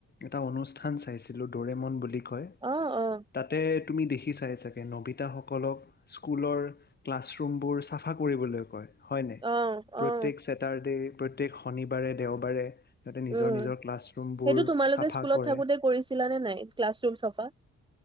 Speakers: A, on the left (about 35°); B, on the right (about 15°).
A: এটা অনুষ্ঠান চাইছিলো দৰেমন বুলি কয়
B: অ', অ',
A: তাতে তুমি দেখিছাই চাগে ন নবিতাসকলক স্কুলৰ ক্লাছৰুম বোৰ চাফা কৰিবলৈ হয় হয়নে
B: অ',
A: প্ৰত্যয়েক
B: অ',
A: চেছেটাৰডে প্ৰত্যেক শনিবাৰে দেওবাৰে সিহঁতে নিজৰ
B: উম
A: নিজৰ ক্লাছৰুমবোৰ
B: সেইতো তোমালোকে
A: চাফা
B: স্কুলত
A: কৰে
B: থাকোতে কৰিছিলা নে নাই ক্লাছৰুম চাফা?